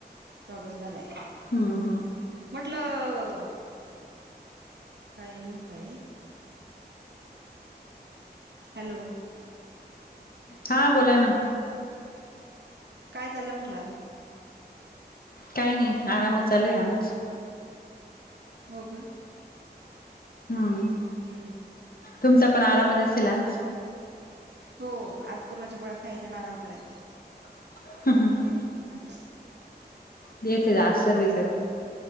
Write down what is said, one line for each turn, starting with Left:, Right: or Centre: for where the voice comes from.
Right: प्रॉब्लेम झालाय,
Left: हम्म हम्म
Right: म्हटलं काय म्हणताय? हॅलो!
Left: हां बोला ना.
Right: काय चाललं म्हटलं अजून?
Left: काय नाही आरामच चालूये आज.
Right: हो का.
Left: हा,
Right: हम्म
Left: तुमचा पण आरामच असेल आज?
Right: हो, आज पुरणाच्या पोळ्या खायच्या आणि आराम करायचा.
Left: हा हं
Right: अस
Left: हेच आहे आज सर्वीकडे,